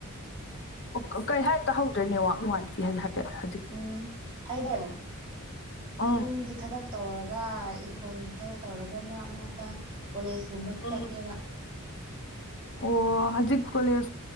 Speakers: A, on the left; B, on the right.
A: ꯑꯣ ꯀꯩ ꯍꯥꯏ ꯇꯥꯍꯧꯗ꯭ꯔꯦ ꯅꯦꯠꯋꯥꯛ ꯅꯨꯡꯉꯥꯏ ꯇꯤꯍꯜ ꯍꯥꯏꯐꯦꯠ <unintelligible>
B: ꯎꯝ ꯑꯩꯗꯣ
A: ꯎꯝ
B: ꯌꯨꯝꯒꯤꯠ ꯊꯕꯛ ꯇꯧꯔꯒ ꯏꯪꯈꯣꯟꯒꯤ ꯊꯕꯛ ꯇꯧꯔꯒ ꯃꯔꯛ ꯃꯔꯛꯇ ꯀꯣꯂꯦꯖ ꯒꯨꯝꯕ
A: ꯎꯝ
B: ꯆꯠꯂꯦꯕ
A: ꯑꯣ ꯍꯖꯤꯛ ꯀꯣꯂꯦꯖ